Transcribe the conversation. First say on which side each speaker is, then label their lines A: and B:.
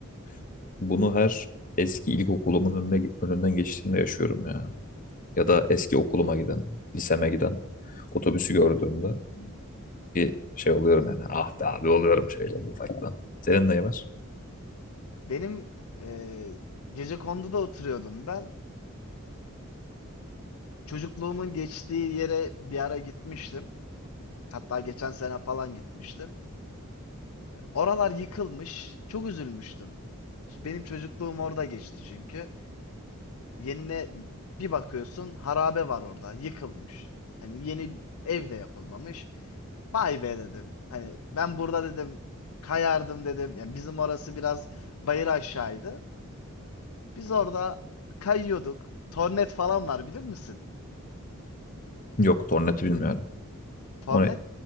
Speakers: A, on the left (about 40°); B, on the left (about 75°).
A: <laughs> Bunu her eski ilkokulumun önüne, önünden geçtiğimde yaşıyorum ya. Ya da eski okuluma giden, liseme giden otobüsü gördüğümde bir şey oluyorum yani. Ah be abi oluyorum şeyler ufaktan. Senin neyi var?
B: Benim e, Gecekondu'da oturuyordum ben. Çocukluğumun geçtiği yere bir ara gitmiştim. Hatta geçen sene falan gitmiştim. Oralar yıkılmış. Çok üzülmüştüm. Benim çocukluğum orada geçti çünkü. Yenine bir bakıyorsun harabe var orada, yıkılmış. Hani yeni ev de yapılmamış. Vay be dedim. Hani ben burada dedim kayardım dedim. Ya bizim orası biraz bayır aşağıydı. Biz orada kayıyorduk. Tornet falan var bilir misin?
A: Yok Tornat'ı bilmiyorum.
B: Tornet
A: Onu,